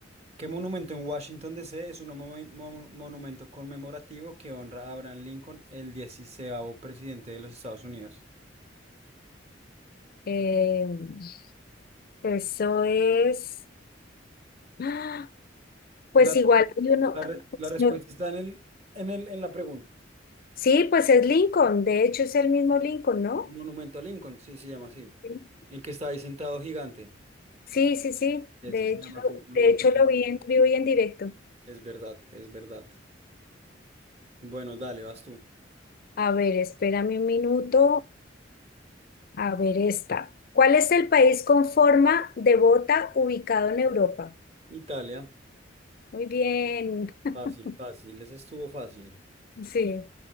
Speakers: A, on the right; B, on the left.
A: ¿Qué monumento en Washington, D.C. es un momen- mon- monumento conmemorativo que honra a Abraham Lincoln, el 16 presidente de los Estados Unidos?
B: Em, eso es. ¡Ah! Pues
A: La
B: igual hay uno.
A: La, re-
B: pues,
A: la respuesta
B: no-
A: está en el, en el, en la pregunta.
B: Sí, pues es Lincoln. De hecho, es el mismo Lincoln, ¿no?
A: El monumento a Lincoln, sí, se llama así.
B: Sí.
A: El que está ahí sentado gigante.
B: Sí, sí, sí.
A: Ese
B: De
A: se
B: hecho,
A: llama así, monumento
B: de hecho
A: a Lincoln.
B: lo vi en vivo y en directo.
A: Es verdad, es verdad. Bueno, dale, vas tú.
B: A ver, espérame un minuto. A ver esta. ¿Cuál es el país con forma de bota ubicado en Europa?
A: Italia.
B: Muy bien. <laughs>
A: Fácil, fácil. Ese estuvo fácil.
B: Sí.